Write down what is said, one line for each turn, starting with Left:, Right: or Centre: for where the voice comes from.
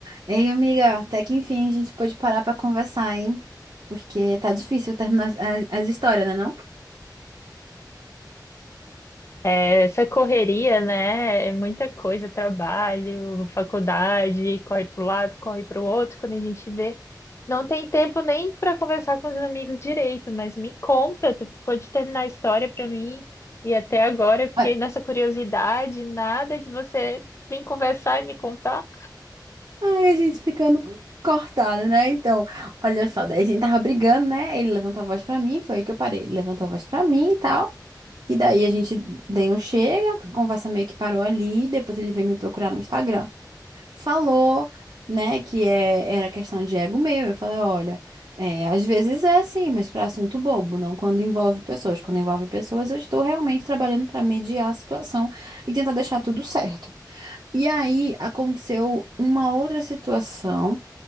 Right: Ei, amiga, até que enfim a gente pôde parar pra conversar, hein? Porque tá difícil terminar as, as- as histórias, né não?
Left: Essa correria, né? É muita coisa, trabalho, faculdade, corre para um lado, corre para o outro. Quando a gente vê, não tem tempo nem para conversar com os amigos direito. Mas me conta, tu ficou de terminar a história para mim e até agora eu fiquei
Right: Ai,
Left: nessa curiosidade, nada de você vir conversar e me contar.
Right: ai, a gente ficando cortada, né? Então, olha só, daí a gente tava brigando, né? Ele levantou a voz pra mim, foi aí que eu parei. Ele levantou a voz pra mim e tal. E daí a gente deu um chega, a conversa meio que parou ali, depois ele veio me procurar no Instagram. falou, né, que é, era questão de ego meu. Eu falei, olha, é, às vezes é assim, mas para assunto bobo, não quando envolve pessoas. Quando envolve pessoas, eu estou realmente trabalhando para mediar a situação e tentar deixar tudo certo. E aí aconteceu uma outra situação.